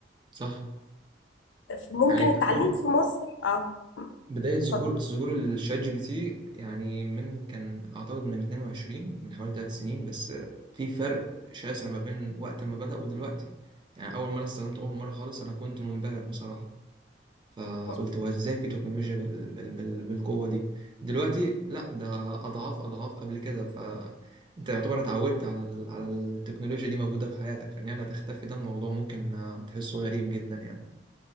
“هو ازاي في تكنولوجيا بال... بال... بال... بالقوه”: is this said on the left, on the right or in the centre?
Right